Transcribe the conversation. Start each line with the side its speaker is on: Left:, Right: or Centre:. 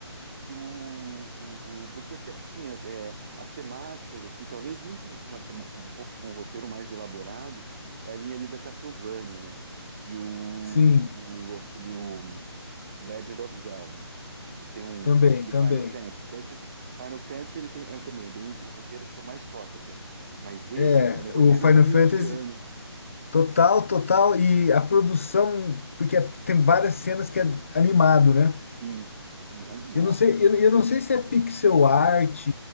Right: que o, o, o- porque até assim, até as temáticas assim, talvez um com com uma tema, com um pouco com um roteiro mais elaborado é a linha ali da Castlevania, né? E o,
Left: Sim,
Right: o- aquele o o Legend of Zelda, né? Eles têm um.
Left: também,
Right: E
Left: também.
Right: o Final Fantasy. Então, esses. Final Fantasy ele tem é, também, é bem. O roteiro acho que é o mais top até. Mas esse,
Left: É,
Right: cara, é roteiro
Left: O Final
Right: hollywoodiano.
Left: Fantasy, total, total, e a produção, porque é, tem várias cenas que é animado, né?
Right: Sim, sim, animal.
Left: Eu não sei, eu, eu não sei se é pixel art,